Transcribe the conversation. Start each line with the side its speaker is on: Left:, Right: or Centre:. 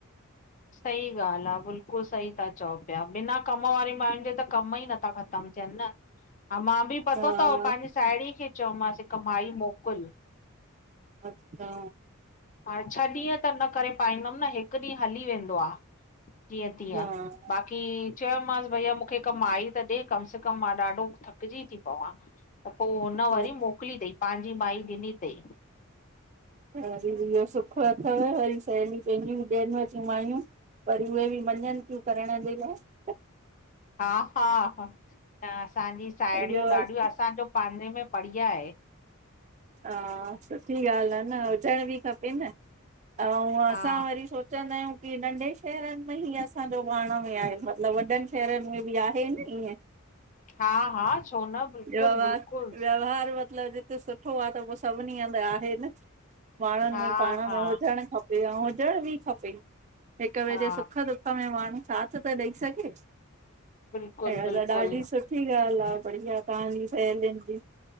Left: सही ॻाल्हि आ बिल्कुलु सही ता चओ पिया बिना कम वारी माइनि जे त कम ई नथा ख़तम थियनि न हा मां बि पतो
Right: हा
Left: तव पंहिंजी साहेड़ी खे चयोमांसि हिक माई मोकिल
Right: अचछा
Left: हाणे छह ॾींहं त न करे पाईंदमि न हिकु ॾींहुं हली वेंदो आ जीअ तिय
Right: हा हा
Left: बाक़ी चयोमाँस भैया मूंखे हिक माई त ॾे कम से कम मां ॾाढो थकिजी थी पवां त पोइ हुन
Right: हम्म
Left: वरी मोकिली अथई पंहिंजी माई ॾिनी अथई।
Right: वरी बी इहो सुख अथव वरी सहेलीयूं पंहिंजियूं ॾियनवतियूं मायूं। वरी उहे बि मञनि थियूं करण जे लाइ।
Left: हा हा हा न असांजी साहेड़ियूं
Right: इहो वरी
Left: ॾाढियूं असांजो पंहिंजे में बढ़िया आहे।
Right: हा सुठी ॻाल्हि आहे न हुजण बि खपे न ऐं असां
Left: हा
Right: वरी चवंदा आहियूं की नंढे शहरनि में ई असांजो पाण में आहे मतिलबु वॾनि शहरनि में बि आहे न ईअं।
Left: हा हा छो न बिल्कुलु
Right: व्यवहार
Left: बिल्कुलु
Right: व्यवहार मतिलब सुठो आहे त पो सभिनी हंधि आहे न, माण्हुनि
Left: हा
Right: में पाण
Left: हा
Right: में हुजणु खपे। ऐं हुजण बि खपे। हिकु ॿिए
Left: हा
Right: जे सुख ह में माण्हू साथ त ॾेई सघे।
Left: बिल्कुलु
Right: अहिड़ी
Left: बिल्कुलु
Right: त ॾाढी सुठी सुठी ॻाल आहे बढ़िया, तव्हांजी सह जी